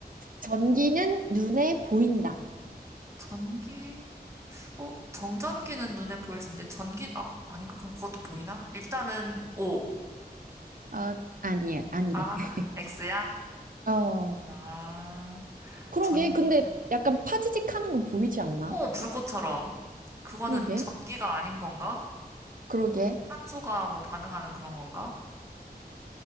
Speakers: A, on the right; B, on the right.
A: 전기는 눈에 보인다.
B: 전기. 어? 정전기는 눈에 보일 수 있는데 전기 아, 아닌가? 그럼 그것도 보이나? 일단은 O.
A: 어, 아니, 아니래.
B: 아,
A: <laughs>
B: X야?
A: 어,
B: 아,
A: 그러게.
B: 전
A: 근데 약간 파지직 하는 거 보이지 않나?
B: 어, 불꽃처럼. 그거는
A: 그러게.
B: 전기가 아닌 건가?
A: 그러게.
B: 탄소가 뭐 반응하는 그런 건가?